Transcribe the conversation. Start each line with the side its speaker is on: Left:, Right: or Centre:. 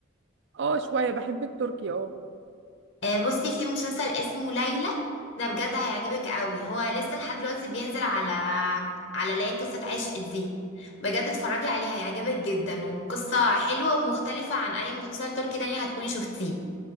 Right: اه شويه بحب التركي اه
Left: آه، بصي في مسلسل اسمه ليلى ده بجد هيعجبك قوي هو لسه لحد دلوقتي بينزل على على لا قصة عشق دي بجد اتفرجي عليه هيعجبك جدا وقصة حلوة ومختلفة عن اي مسلسل تركي تاني هتكوني شفتيه